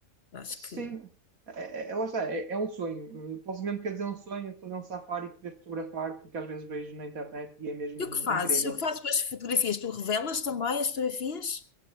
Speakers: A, on the left; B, on the right.
A: Acho
B: sim,
A: que
B: é, é- é, lá está, é, é um sonho. Eh, Posso mesmo quer dizer um sonho, fazer um safari e poder fotografar, porque às vezes vejo na internet e é mesmo
A: E o que fazes?
B: incrível.
A: O que fazes com as fotografias? Tu revelas também as fotografias?